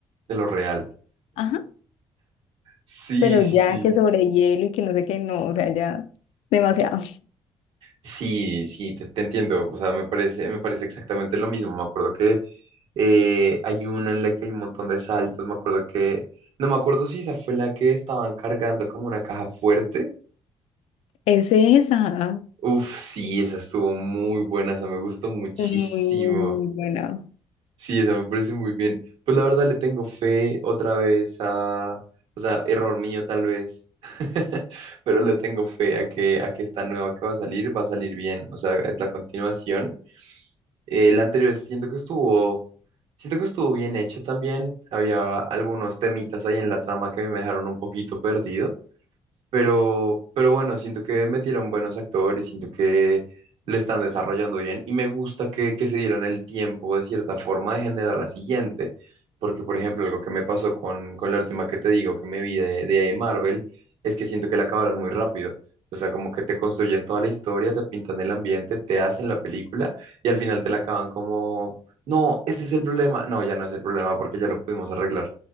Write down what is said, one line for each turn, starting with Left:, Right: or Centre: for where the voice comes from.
Right: de lo real.
Left: Ajá.
Right: Sí,
Left: Pero
Right: sí,
Left: ya
Right: sí.
Left: que sobre hielo y que no sé qué, no, o sea, ya demasiado.
Right: Sí, sí, te, te entiendo. O sea, me parece, me parece exactamente lo mismo. Me acuerdo que eh, hay una en la que hay un montón de saltos. Me acuerdo que, no me acuerdo si esa fue la que estaban cargando como una caja fuerte.
Left: Es esa.
Right: Uf, sí, esa estuvo muy buena. Esa me gustó muchísimo.
Left: Muy, muy, muy buena.
Right: Sí, esa me parece muy bien. Pues la verdad le tengo fe otra vez a, o sea, error mío tal vez. <laughs> Pero le tengo fe a que, a que esta nueva que va a salir va a salir bien. O sea, es la continuación. El anterior siento que estuvo, siento que estuvo bien hecho también. Había algunos temitas ahí en la trama que a mí me dejaron un poquito perdido. Pero, pero bueno, siento que metieron buenos actores, siento que lo están desarrollando bien y me gusta que, que se dieron el tiempo de cierta forma de generar la siguiente. Porque, por ejemplo, algo que me pasó con, con la última que te digo que me vi de, de Marvel es que siento que la acabaron muy rápido. O sea, como que te construyen toda la historia, te pintan el ambiente, te hacen la película y al final te la acaban como, no, este es el problema. No, ya no es el problema porque ya lo pudimos arreglar